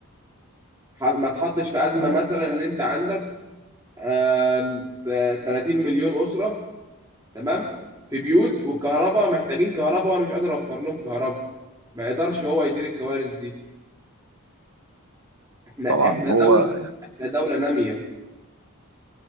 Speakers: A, on the right; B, on the right.
A: ح- ما تحطش في أزمة
B: تمام
A: مثلا إن أنت عندك آم، ت- 30 مليون أسرة تمام في بيوت والكهرباء محتاجين كهرباء وأنا مش قادر أوفر لهم كهرباء ما يقدرش هو يدير الكوارث دي احنا
B: طبعا
A: احنا دولة
B: هو
A: احنا دولة نامية